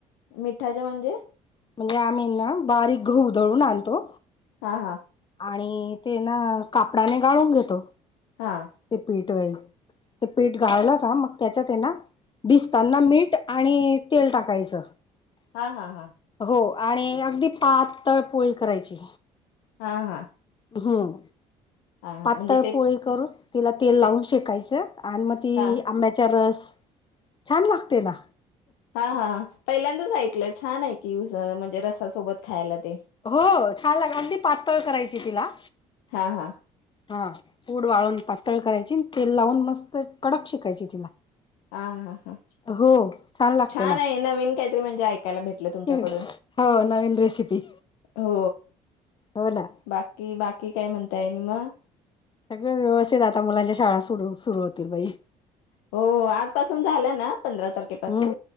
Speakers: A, on the left; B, on the left.
A: मिठाचे म्हणजे?
B: म्हणजे आम्ही ना बारीक गहू दळून आणतो
A: हा हा
B: आणि ते ना कापडाने गाळून घेतो
A: हा
B: ते पीठ वल ते पीठ गाळलं का मग त्याच्यात भिजताना मीठ आणि तेल टाकायचं.
A: हा हा हा.
B: हो आणि अगदी पातळ पोळी करायची.
A: हा हा.
B: हम्म
A: हा हा
B: पातळ
A: म्हणजे ते
B: पोळी करून तिला तेल लावून
A: ते
B: शेकायचं. आणि मग ती
A: हा
B: आंब्याचा रस छान लागते ना
A: हा हा पहिल्यांदाच ऐकलं छान आहे की म्हणजे रसासोबत खायला. ते
B: हो छान लागत अगदी पातळ करायची तिला
A: हा हा.
B: हा पूड वाळून पातळ करायची तेल लावून मस्त कडक शेकायचं तिला
A: आ हा हा हा
B: हो लागते
A: छान
B: ना
A: आहे नवीन काहीतरी म्हणजे ऐकायला भेटलं तुमच्याकडून.
B: हो नवीन रेसिपी
A: हो
B: हो ना
A: बाकी बाकी काय म्हणताय नि मग.
B: सगळे व्यवस्थित आता मुलांच्या शाळा सुरू सुरू होतील बाई.
A: हो आजपासून झाल्या ना? पंधरा तारखेपासून
B: हम्म